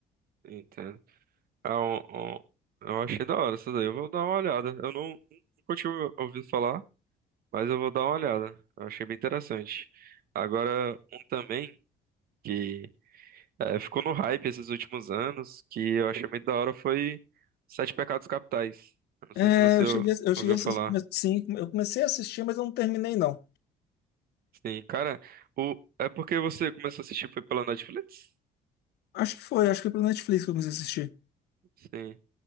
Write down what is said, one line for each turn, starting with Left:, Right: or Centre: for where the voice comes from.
Right: entendo. Ah, um- um- eu achei da hora essa daí. Eu vou dar uma olhada. Eu não nunca tinha ouvido falar, mas eu vou dar uma olhada. Eu achei bem interessante. Agora, um também. que É, ficou no hype esses últimos anos, que eu achei muito da hora foi Sete Pecados Capitais. Eu não sei
Left: É,
Right: se você
Left: eu
Right: ou-
Left: cheguei, a- eu cheguei
Right: ouviu
Left: a assistir,
Right: falar.
Left: sim, eu comecei a assistir, mas eu não terminei não.
Right: Sim, cara, o... é porque você começou a assistir foi pela Netflix?
Left: Acho que foi, acho que foi pelo Netflix que eu comecei a assistir.
Right: Sim.